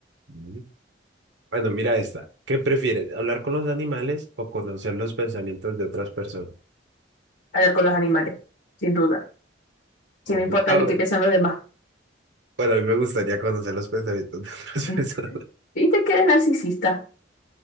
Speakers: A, on the right; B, on the left.
A: Mm. Bueno, mira esta. ¿Qué prefieres, hablar con los animales o conocer los pensamientos de otras personas?
B: A ver, con los animales, sin duda.
A: Ok.
B: ¿Qué me importa
A: Ah,
B: a mí
A: bueno.
B: qué piensan los demás?
A: Bueno, a mí me gustaría conocer los pensamientos de otras
B: <laughs>
A: <laughs> personas.
B: Y te quedes narcisista